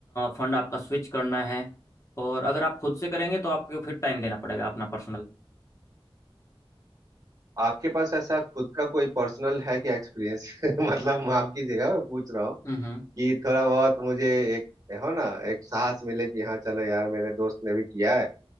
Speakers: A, on the left; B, on the right.
A: फंड आपका स्विच करना है और अगर आप खुद से करेंगे तो आपको फिर टाइम देना पड़ेगा अपना पर्सनल
B: आपके पास ऐसा खुद का कोई पर्सनल है क्या एक्सपीरियंस <laughs> मतलब माफ कीजिएगा मैं पूछ रहा
A: हम्म हम्म।
B: कि थोड़ा बहुत मुझे एक हो ना एक साहस मिले कि हाँ चलो यार मेरे दोस्त ने भी किया है